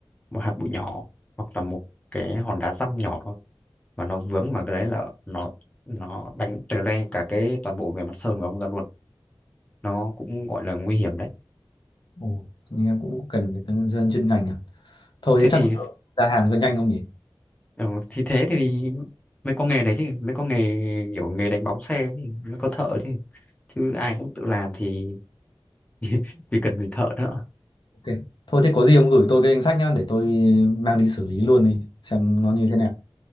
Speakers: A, on the left; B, on the left.
A: một hạt bụi nhỏ hoặc là một cái hòn đá dăm nhỏ thôi mà nó vướng vào cái đấy là nó nó đánh tè loe cả cái toàn bộ bề mặt sơn của ông ra luôn nó cũng gọi là nguy hiểm đấy
B: Ồ, nghe cũng cần phải nhân viên chuyên ngành à thôi
A: thế
B: thế chắc
A: thì
B: ra hàng cho nhanh không nhỉ
A: ừ, thì thế thì mới có nghề đấy chứ mới có nghề kiểu nghề đánh bóng xe thì mới có thợ chứ chứ ai cũng tự làm thì <laughs> thì cần gì thợ nữa
B: ok thôi thế có gì ông gửi tôi cái danh sách nhá để tôi mang đi xử lý luôn đi xem nó như thế nào